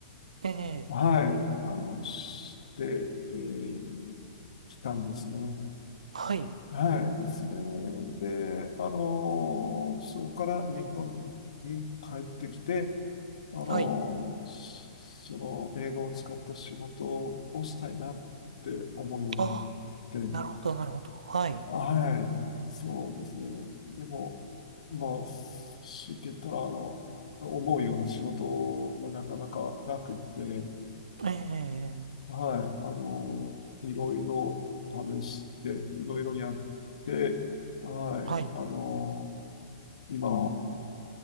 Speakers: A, on the right; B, on the left.
A: ええ。
B: はい、あの、して、えー来たんですね。
A: はい。
B: はい。それで、あの、そこから日本に帰ってきて、あの、
A: はい。
B: その英語を使った仕事をしたいなって思うようになって、
A: ああ。なるほど、なるほど。はい。
B: はい。そうですね。でも、まあ、しって言ったら、あの、思うような仕事がなかなかなくって、
A: ええ。
B: はい、あの、いろいろ試して、いろいろやって、はい、
A: はい。
B: あの、今